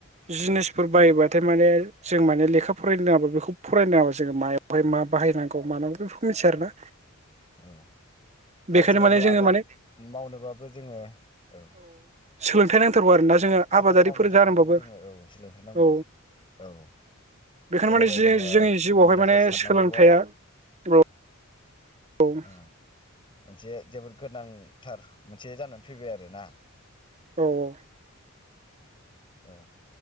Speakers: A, on the right; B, on the left.
A: जिनिसफोर
B: औ
A: बाय बाद थाइ माने जों माने लेखा फरायनो रोङाबा बेखौ फरायनायाव जोङो मायावहाय मा बाहायनांगौ मानांगौ बेखौ मिथिया आरोना।
B: औ
A: बेखायनो
B: आजिखालि
A: माने जोङो
B: आबाद
A: माने
B: मावनोबाबो जोङो औ
A: सोलोंथाइ नांथारौ आरोना जोङो
B: आबाद
A: आबादारिफोर
B: मावनो थाखायबो
A: जानोबाबो
B: जोङो औ सोलोंथाइ नांगौ
A: औ
B: जायो औ
A: बेखायनो
B: जेनेबा
A: माने
B: जोङो
A: जोंनि जिउआवहाय
B: मुलिफोर
A: माने
B: सारनांगौबाव
A: सोलोंथाइया औ औ
B: ओ मोनसे जोबोद गोनां थार मोनसे जानानै फैबाय आरोना
A: औ औ
B: औ